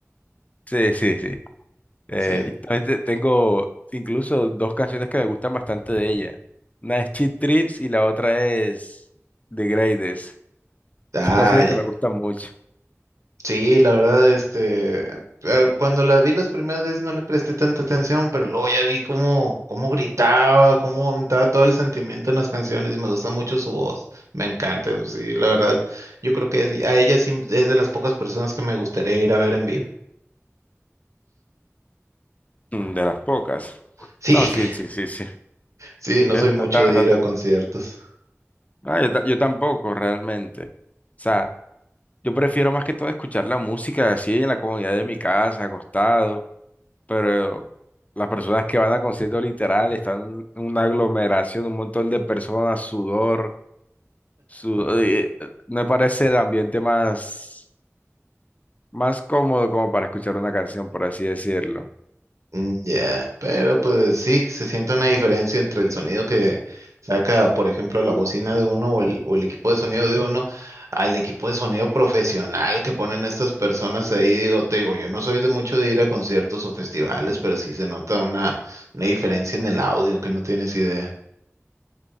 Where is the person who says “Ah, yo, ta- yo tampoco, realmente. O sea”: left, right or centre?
Left